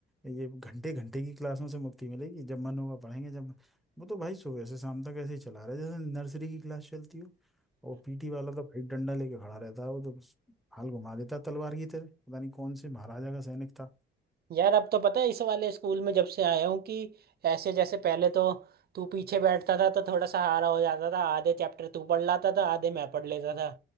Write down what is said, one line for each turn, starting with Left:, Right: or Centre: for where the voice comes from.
Centre: ये घंटे घंटे की क्लासों से मुक्ति मिलेगी जब मन होगा पढ़ेंगे जब वो तो भाई सुबह से शाम तक ऐसे ही चला रहा है जैसे नर्सरी की क्लास चलती हो और पीटी वाला तो भाई डंडा लेके खड़ा रहता है वो तो हाल घुमा देता है तलवार की तरह पता नहीं कौन से महाराजा का सैनिक था
Right: यार अब तो पता है इस वाले स्कूल में जब से आया हूँ कि ऐसे जैसे पहले तो तू पीछे बैठता था तो थोड़ा सहारा हो जाता था आधे चैप्टर तू पढ़ लाता था आधे मैं पढ़ लेता